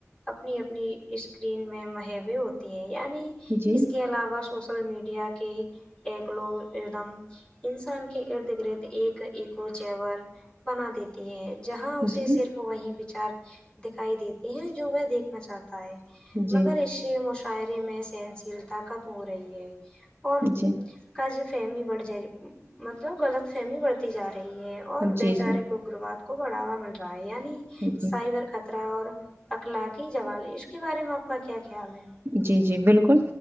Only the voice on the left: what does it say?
اپنی اپنی اسکرین میں مہیویں ہوتی ہیں یعنی
اس کے علاوہ سوشل میڈیا کے ایکلو ادم انسان کے ارد گرد ایک ایکو چیور بنا دیتی ہے جہاں اسے
صرف
وہی بچار دکھائی دیتے ہے جو وہ دیکھنا چاہتا ہے
مگر اسے مشاہعرے میں سہنشیلتا خت ہو رہی ہے اور
قج فہمی بڑھ جائے رہی مطلب غلط فہمی بڑھتی جا رہی ہے اور وچارک
اگگرواد کو بڑھاوا مل رہا ہے یعنی
سائبر خطرہ اور اقلاقی جوالی اش کے بارے میں آپ کا کیا خیال ہے